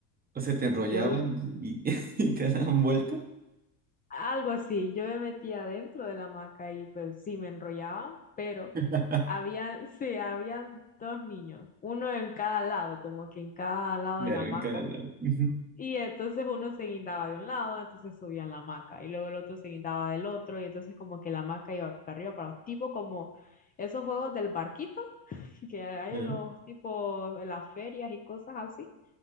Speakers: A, on the right (about 20°); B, on the left (about 20°).
A: O sea, te enrollaban
B: yo me-
A: y, y <laughs> y te daban vuelta.
B: algo así, yo me metía dentro de la hamaca y pues sí me enrollaba, pero
A: <laughs>
B: había, sí, habían dos niños, uno en cada lado, como que en cada lado
A: Claro,
B: de la hamaca.
A: en cada lado. Ujú,
B: Y entonces uno se guindaba de un lado, entonces subían la hamaca, y luego el otro se guindaba del otro, y entonces como que la hamaca iba para arriba, para tipo como esos juegos del barquito <laughs> que hay
A: claro.
B: en los tipos, en las ferias y cosas así,